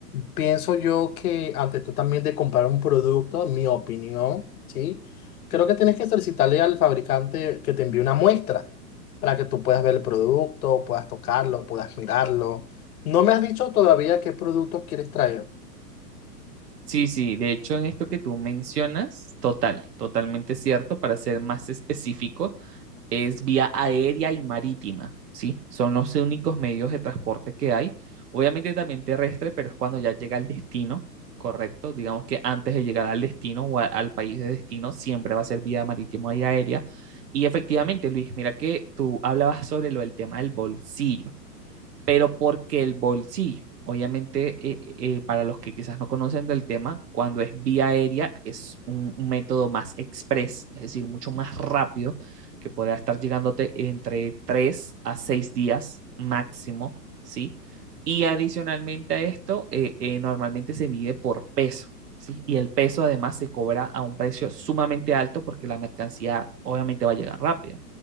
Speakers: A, on the left (about 60°); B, on the right (about 70°).
A: Pienso yo que antes tú también de comprar un producto, en mi opinión, ¿sí? Creo que tienes que solicitarle al fabricante que te envíe una muestra para que tú puedas ver el producto, puedas tocarlo, puedas mirarlo. No me has dicho todavía qué producto quieres traer.
B: Sí, sí, de hecho en esto que tú mencionas, total, totalmente cierto, para ser más específicos. es vía aérea y marítima, ¿sí? Son los únicos medios de transporte que hay. Obviamente también terrestre, pero es cuando ya llega al destino, ¿correcto? Digamos que antes de llegar al destino o a- al país de destino, siempre va a ser vía marítima y aérea. Y efectivamente, Luis, mira que tú hablabas sobre lo del tema del bolsillo pero porque el bolsillo, obviamente, eh, eh, eh, para los que quizás no conocen del tema, cuando es vía aérea es un, un método más express, es decir, mucho más rápido, que podrá estar llegándote entre 3 a 6 días máximo, ¿sí? Y adicionalmente a esto, eh, eh, normalmente se mide por peso, ¿sí? Y el peso además se cobra a un precio sumamente alto porque la mercancía obviamente va a llegar rápida.